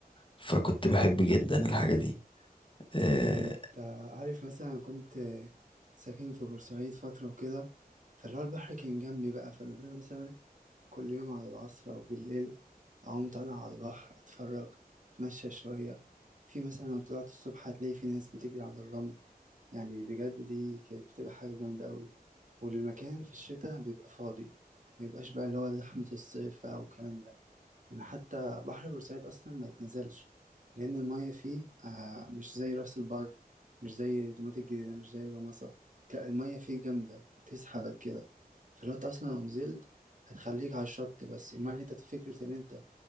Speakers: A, on the left (about 30°); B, on the right (about 55°).
A: فكنت بحب جدا الحاجة دي إيه،
B: آه، انت عارف مثلا كنت ساكن في بورسعيد فتره وكده فاللي هو البحر كان جنبي بقى فانا مثلا كل يوم على العصر أو بالليل أقوم طالع على البحر أتفرج أتمشى شوية في مثلا لو طلعت الصبح هتلاقي في ناس بتجري على الرمل يعني بجد دي كانت بتبقى حاجة جامدة أوي والمكان في الشتاء بيبقى فاضي مبيبقاش بقى اللي هو زحمة الصيف أو الكلام ده يعني حتى بحر بورسعيد أصلا ما يتنزلش لأن المية فيه آه مش زي راس البر مش زي دومات الجديدة مش زي جمصة لا المية فيه جامدة تسحبك كده فلو أنت أصلا لو نزلت هتخليك على الشط بس أما إن أنت فكرة إن أنت